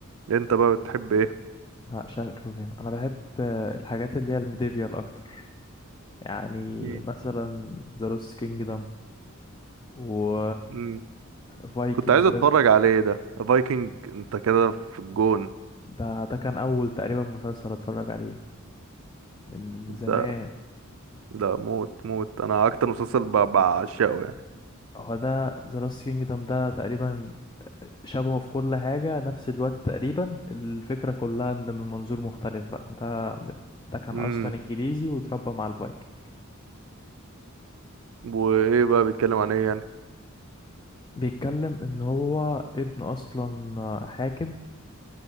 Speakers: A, on the right; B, on the left.
A: انت بقى بتحب ايه
B: لا شكله جامد انا بحب آه، الحاجات اللي هي الميديفيال اكتر يعني
A: مم.
B: مثلا ذا لوست كينجدم و
A: مم.
B: فايكنج
A: كنت عايز اتفرج
B: ده
A: عليه ده فايكنج انت كده في الجون
B: ده ده كان اول تقريبا مسلسل اتفرج عليه من زمان
A: ده ده موت موت انا اكتر مسلسل ب- بعشقه يعني
B: هو ده ذا لاست كينجدم ده تقريبا شبهه في كل حاجة نفس الوقت تقريبا الفكرة كلها ان من منظور مختلف بقى ده ده كان
A: امم
B: اصلا انجليزي وتربى مع الفايكنج
A: وايه بقى بيتكلم عن ايه يعني
B: بيتكلم ان هو ابن اصلا حاكم